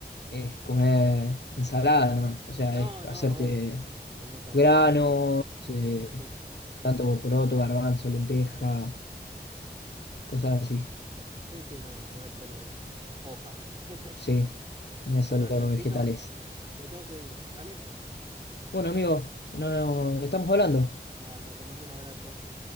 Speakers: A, on the left (about 80°); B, on the right (about 30°).
A: es comer ensalada nomás. O sea,
B: no,
A: es hacerte
B: no, obvio. Hay muchas
A: granos,
B: variedades.
A: eh,
B: Sí, sí, sí.
A: tanto poroto, garbanzo, lenteja, cosas así.
B: Sí, sí, no, no es solo hoja. <laughs>
A: Sí, no es
B: Bueno,
A: solo
B: Jancito,
A: vegetales.
B: me tengo que ir. Dale,
A: Bueno, amigo, no, estamos hablando.
B: dale, te mando un abrazo.